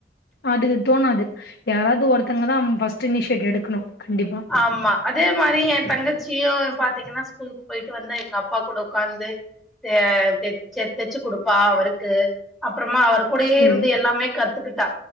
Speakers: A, on the left; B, in the centre.
A: அது தோணாது யாராவ்து ஒருத்தங்கதா ஃபர்ஸ்ட்டு இன்னிஷியேட் எடுக்கணு கண்டிப்பா
B: ஆம்மா அதே மாரி எ தங்கச்சியு பாத்திங்கன்னா ஸ்கூலுக்கு பொயிட்டு வந்தா எங்க அப்பா கூட உக்காந்து தே தெச் செ தெச்சு குடுப்பா அவருக்கு அப்றமா அவருக் கூடயேயிருந்து
A: சேரி
B: எல்லாமே கத்துக்கிட்டா